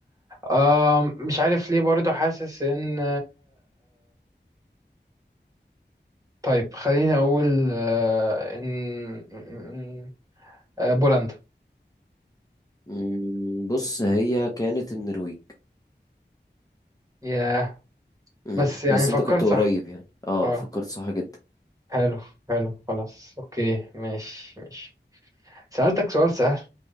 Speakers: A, on the right; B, on the left.
A: أم، مش عارف ليه برضو حاسس ان طيب خليني أقول آه، إن إن- آه، بولندا
B: مم، بص هي كانت النرويج
A: ياه
B: امم
A: بس يعني
B: بس
A: فكرت
B: انت كنت
A: صح
B: قريب يعني اه
A: اه
B: فكرت صح جدا
A: حلو حلو خلاص أوكي ماشي ماشي سألتك سؤال سهل